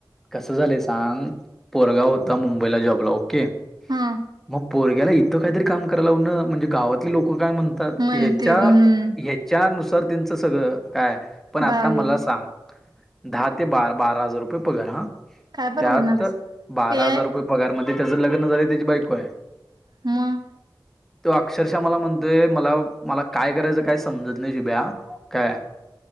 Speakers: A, in the centre; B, on the right.
A: कसं झालंय सांग. पोरगाव होता मुंबईला जॉबला. ओके.
B: ह.
A: मग पोरग्याला इथं काहीतरी काम कराय लावणं. म्हणजे गावातली लोक काय म्हण तात.
B: म्हणतील
A: ह्याच्या
B: हम्म
A: ह्याच्यानुसार त्यांचं सगळं काय. पण आता
B: बाई
A: मला सांग? दहा ते बा बारा हजार रुपये पगार ह.
B: काय परवडणारच.
A: त्यात बारा
B: ते
A: हजार रुपये पगारमध्ये त्याचं लग्न झालं. त्याची बायकोय.
B: म.
A: तो अक्षरशः मला म्हणतोय. मला मला काय करायचं काय समजत नाही शिभ्या. काय